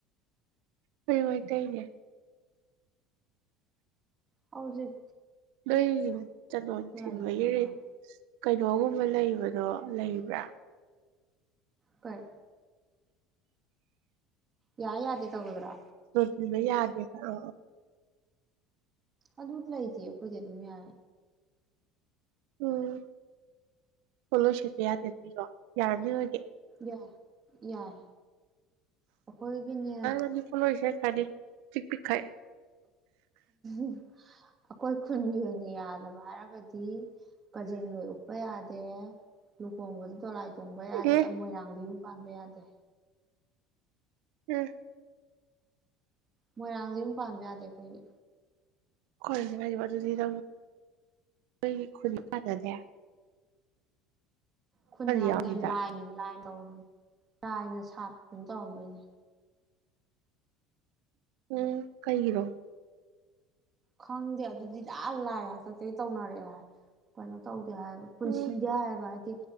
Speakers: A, on the right (about 75°); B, on the right (about 25°).
A: ꯈ‌ꯣꯏꯁꯨ ꯃꯩꯇꯩꯅꯦ
B: ꯍꯧꯖꯤꯛ
A: ꯅꯣꯏ ꯆꯥꯅꯣꯟ ꯊꯤꯟꯕ
B: ꯂꯩꯇ꯭ꯔ
A: ꯏꯔꯦ
B: ꯃꯥꯜꯂꯦ
A: ꯀꯩꯅꯣꯒꯨꯝꯕ ꯂꯩꯕꯗꯣ ꯂꯩꯕ꯭ꯔꯥ
B: ꯍꯣꯏ ꯌꯥꯏ ꯌꯥꯗꯦ ꯇꯒꯗ꯭ꯔꯥ
A: ꯄꯕ ꯌꯥꯗꯦ ꯑ ꯑ
B: ꯑ ꯠ ꯂ ꯏꯁꯤꯦꯈꯣꯏꯗꯤꯦ ꯑꯗꯨꯃꯤ ꯌꯥ
A: ꯎꯝ ꯄꯣꯂꯣꯏ ꯁꯦꯠꯄ ꯌꯥꯗꯦ ꯅꯗꯣ ꯌꯥꯔꯅꯤ ꯑꯣꯏꯒꯦ
B: ꯌꯥꯏ ꯌꯥꯏ ꯑꯩꯈꯣꯏꯒꯤꯅꯦ
A: ꯑꯅꯤ ꯐꯂꯣꯁꯦ ꯀꯅꯤ ꯄꯤꯈꯥꯏ
B: ꯎ ꯑꯩꯈꯣꯏ ꯈꯨꯟꯒꯤ ꯑꯣꯏꯅ ꯌꯥꯗꯕ ꯍꯥꯏꯔꯒꯗꯤ ꯀꯖꯦꯡ ꯂꯣꯏ ꯎꯞꯄ ꯌꯥꯗꯦ ꯂꯨꯍꯣꯡꯕꯗ ꯇꯣꯂꯥꯏ ꯇꯣꯡꯕ ꯌꯥꯗꯦ
A: ꯑꯦ
B: ꯃꯣꯏꯔꯥꯡꯒꯤ ꯌꯨꯝ ꯄꯥꯟꯕ ꯌꯥꯗꯦ
A: ꯎꯝ
B: ꯃꯣꯏꯔꯥꯡꯗꯤ ꯌꯨꯝ ꯄꯥꯟꯕ ꯌꯥꯗꯦ ꯑꯩꯈꯣꯏꯒꯤ
A: ꯍꯣꯏ ꯉꯥꯏꯕ ꯑꯗꯨꯗꯤꯛ ꯅꯣꯏ ꯈꯨ ꯀꯥꯖꯗꯦ
B: ꯈꯨꯟꯅꯕꯅꯤ
A: ꯌꯥꯎꯅꯤꯗ
B: ꯂꯥꯏꯟ ꯂꯥꯏꯟ ꯧꯔꯝ ꯂꯥꯏꯅ ꯁꯥꯞꯄꯗꯨꯅ ꯇꯧꯔꯝꯗꯣꯏꯅꯦ
A: ꯎꯝ ꯀꯩꯔꯣ
B: ꯈꯪꯗꯦ ꯑꯗꯨꯗꯤ ꯂ ꯂꯥꯏꯑ ꯍꯥꯛꯇꯛꯇꯒꯤ ꯇꯧꯅꯔꯛꯑꯦ ꯍꯥꯏ ꯀꯩꯅꯣ ꯇꯧ ꯍꯥꯏ ꯄꯨꯟꯁꯤꯗ
A: ꯎꯝ
B: ꯍꯥꯏꯕꯗꯤ